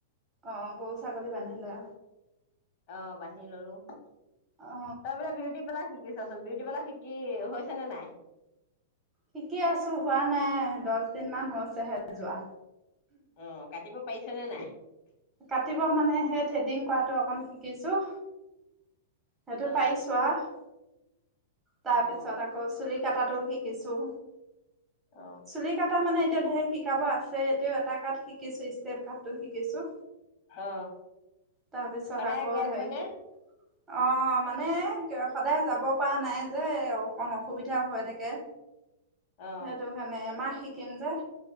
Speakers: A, on the right; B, on the left.
A: অ, গৰু ছাগলী বান্ধিলা।
B: অ বান্ধি ললো। তই
A: অ
B: মানে বিউটি পাৰ্লাৰ শিকিছি? চোৱাচোন বিউটি পাৰ্লাৰ শিকি হৈছে নে নাই?
A: শিকি আছো, হোৱা নাই দহ দিন মান হৈছেহে যোৱা।
B: অ কাটিব পাই? পাইছা নে নাই?
A: কাটিব মানে সেই থ্ৰেডিং কৰাটো অকণ শিকিছো। সেইটো
B: অ
A: পাৰিছো আহ তাৰ
B: অ
A: পিছত আকৌ চুলি, কাটাতো শিকিছোঁ।
B: অ
A: চুলি কাটা মানে এতিয়া ধেৰ শিকাব আছে, এইটোও এটা কাট শিকিছো। ষ্টেপ কাট টো শিকিছো।
B: অ
A: তাৰপিছত
B: সদায়ে
A: আকৌ
B: গৈ আছ
A: হেৰি
B: নে?
A: অ মানে সদায় যাব পৰা নাই যে এ অকণ অসুবিধা হৈ থাকে।
B: অ
A: সেইটো কাৰণে এমাহ শিক শিকিম যে